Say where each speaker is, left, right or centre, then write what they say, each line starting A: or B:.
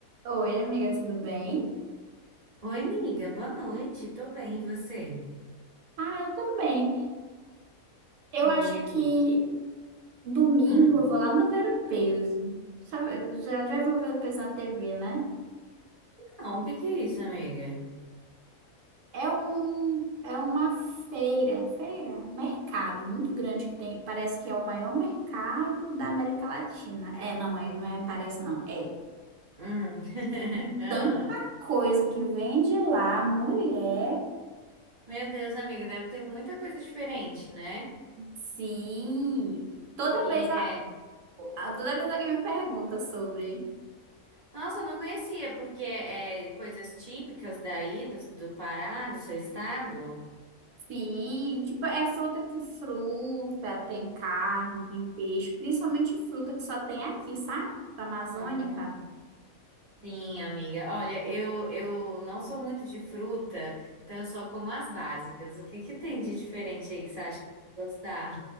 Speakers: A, on the right; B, on the right.
A: Oi, amiga, tudo bem?
B: Oi, amiga, boa noite. Tô bem, e você?
A: Ah, eu tô bem. Eu
B: Hum,
A: acho
B: E aí?
A: que domingo
B: Hum.
A: eu vou lá no Ver o Peso. Sabe, já, já viu o Ver o Peso na TV, né?
B: Não, o que que é isso, amiga?
A: É um, é uma feira, feira, mercado muito grande que tem, parece que é o maior mercado da América Latina. É, não é, não é, parece não, é.
B: Hum. <laughs>
A: Tem
B: Ah.
A: tanta coisa que vende lá, mulher.
B: Meu Deus, amiga, deve ter muita coisa diferente, né?
A: Sim. Toda
B: E
A: vez a,
B: é...
A: a- toda vez alguém me pergunta sobre.
B: Nossa, eu não conhecia, porque é coisas típicas daí, do, do Pará, do seu estado?
A: Sim, tipo, é fruta que fruta, tem carne, tem peixe, principalmente fruta que só tem aqui, sabe? Da Amazônica.
B: Hum. Sim, amiga. Olha, eu, eu não sou muito de fruta, então eu só como as básicas. O que que tem de diferente aí que você acha que eu vou gostar?